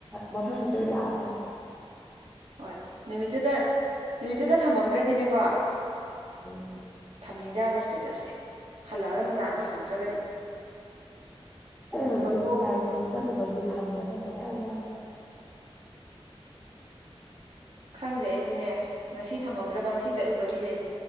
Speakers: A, in the centre; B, on the right.
A: ꯃꯐꯝꯗꯨꯗꯩ ꯂꯥꯛꯑꯀꯥꯟꯗ
B: ꯍꯣꯏ ꯅꯨꯃꯤꯠꯇꯨꯗ ꯅꯨꯃꯤꯠꯇꯨꯗ ꯊꯝꯍꯧꯗ꯭ꯔꯗꯤꯅꯦꯀꯣ
A: ꯎꯝ
B: ꯊꯝꯅꯤꯡꯗꯦ ꯌꯥꯕ ꯏꯁꯇꯦꯇꯁꯁꯦ ꯍꯜꯂꯛꯑꯒ ꯅꯨꯡꯗꯥꯡ ꯊꯝꯍꯧꯗ꯭ꯔꯒꯗꯤ
A: ꯑꯩ ꯍꯧꯖꯤꯛ
B: ꯐꯣꯇꯣ
A: ꯂꯥꯏ ꯈꯨꯔꯨꯝ ꯆꯠꯂꯨꯕꯒꯤ ꯊꯝꯗꯕ ꯃꯌꯥꯝ ꯌꯥꯎꯔꯤ
B: ꯈꯪꯗꯦ ꯑꯩꯗꯤꯅꯦ ꯉꯁꯤ ꯊꯝꯍꯧꯗ꯭ꯔꯕ ꯉꯁꯤ ꯆꯠꯂꯨꯕꯒꯤꯁꯦ